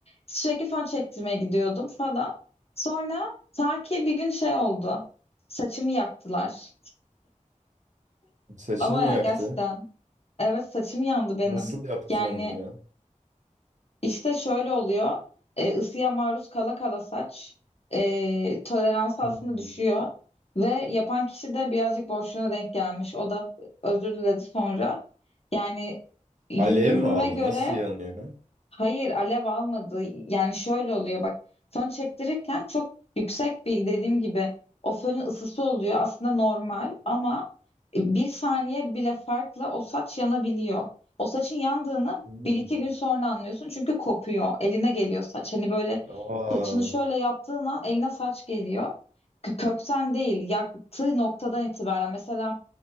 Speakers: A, on the left; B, on the right.
A: Sürekli fön çektirmeye gidiyordum falan. Sonra ta ki bir gün şey oldu. Saçımı yaktılar.
B: saçını
A: Ama
B: mı
A: yani
B: yaktı?
A: gerçekten evet saçım yandı benim.
B: Nasıl yaptı
A: Yani
B: onu ya?
A: işte şöyle oluyor. E, ısıya maruz kala kala saç e, toleransı
B: Hmm.
A: aslında düşüyor. Ve yapan kişi de birazcık boşluğuna denk gelmiş. O da özür diledi sonra. Yani yüzüme
B: Alev mi aldı?
A: göre
B: Nasıl yanıyor?
A: Hayır alev almadı. Yani şöyle oluyor bak fön çektirirken çok yüksek bir dediğim gibi o fönün ısısı oluyor aslında normal ama e, bir saniye bile farkla o saç yanabiliyor. O saçın yandığını
B: Hmm.
A: bir iki gün sonra anlıyorsun çünkü kopuyor eline geliyor saç. Hani böyle
B: Aa.
A: saçını
B: <laughs>
A: şöyle yaptığın an eline saç geliyor. Kö- Kökten değil yaktığı noktadan itibaren mesela